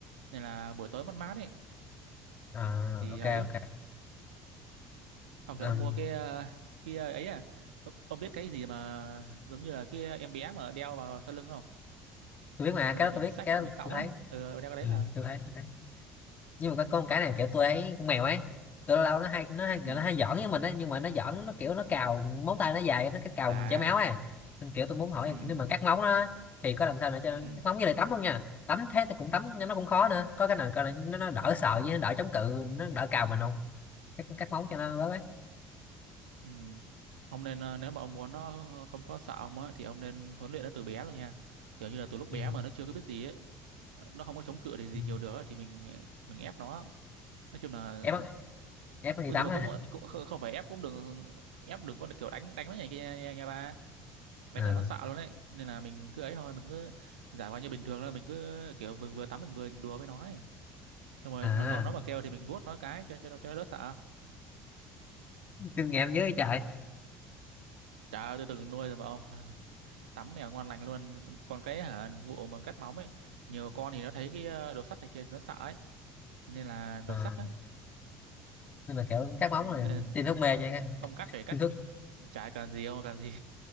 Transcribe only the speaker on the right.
nên là buổi tối mát mát ấy
thì
ấy
ông
thì ông mua cái ờ, kia ấy à ông ông biết cái gì mà giống như là kia em bé mà đeo vào sau lưng không
xong
rồi
mình
xách
mình
cõng
á ừ, đeo cái đấy
vào
ừ.
à
ừ.
Ừ.
Ừ. Ông nên ờ, nếu mà ông muốn nó ờ, ờ, không có sợ ông á thì ông nên huấn luyện nó từ bé rồi nha. Kiểu như là từ lúc bé
mà nó chưa có biết gì ấy, ờ, nó không có chống cự thì gì
nhiều được ấy, thì mình ờ, mình ép nó. Nói chung là
cũng-
nhưng mà
cũng, ờ, cũng không không phải ép cũng đừng ép đừng có kiểu đánh đánh nó này kia nha, nha ba. Đánh
là nó sợ luôn đấy. Nên là mình cứ ấy thôi, mình cứ giả vờ như bình thường là mình cứ kiểu vừa, vừa tắm mình vừa đùa với nó ấy. Xong rồi
nó nó nó mà kêu thì mình vuốt nó cái cho cho cho nó đỡ sợ.
Chả tôi từng nuôi rồi mà ông. <laughs> tắm mèo ngon lành luôn còn cái hả vụ mà cắt móng ấy nhiều con thì nó thấy cái ờ, đồ sắt này kia thì nó sợ ấy nên là
đồ sắt á
ừ, nên
ông cắt phải cắt
chả cần gì ông cần gì